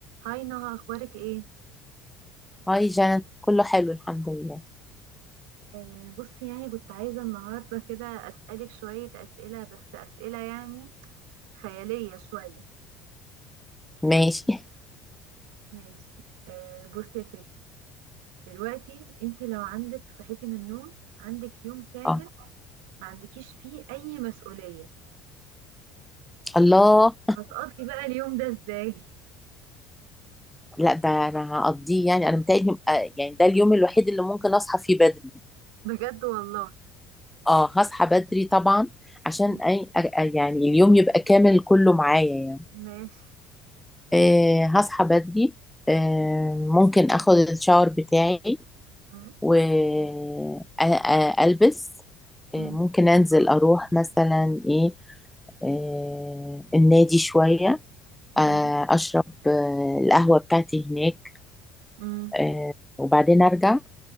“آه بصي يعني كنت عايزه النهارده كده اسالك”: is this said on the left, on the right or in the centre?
Right